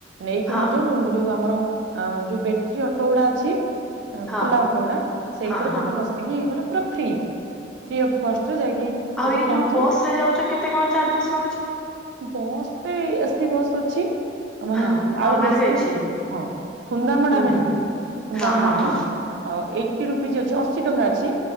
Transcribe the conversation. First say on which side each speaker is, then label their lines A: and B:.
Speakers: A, on the right; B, in the centre.
A: ନେଇକି
B: ହଁ
A: ମଧ୍ୟ ଯୋଉ ଆମର ଆ ଯୋଉ ବେଟ୍ରୀ ଅଟୋ ଉଡା ଅଛି। ଏଁ
B: ହଁ
A: ଖୋଲା ଅଟୋଗୁଡା ସେଇଥିରେ
B: ହଁ ହଁ
A: ତମେ ବ ସିକି ମାନେ ପୁରା ଫ୍ରି ଫ୍ରି ଅଫ୍ କଷ୍ଟରେ ଯାଇକି ସେଠି
B: ଆଉ ଏଇ
A: ପହଞ୍ଚିବ
B: ଯୋଉ ବସ୍ ରେ ଯାଉଚ କେତେ କଣ ଚାର୍ଜେସ୍ ନୋଉଚି?
A: ବସ୍ ରେ ଏସିି ବସ୍ ଅଛି ମାନେ
B: ହଁ ନର୍ମାଲ
A: ଆଉ ବେଶୀ
B: ବି ଅଛି
A: ହଁ ଖୁନ୍ଦାମଡା
B: ହୁଁ
A: ନାହିଁ
B: ହୁଁ
A: ଖୁନ୍ଦାମଡା
B: ହଁ ହଁ
A: ନାହିଁ
B: ହଁ
A: ଅ ଏଇଟି ରୁପିଜ୍ ଅଛି। ଅଶି ଟଙ୍କା ଅଛି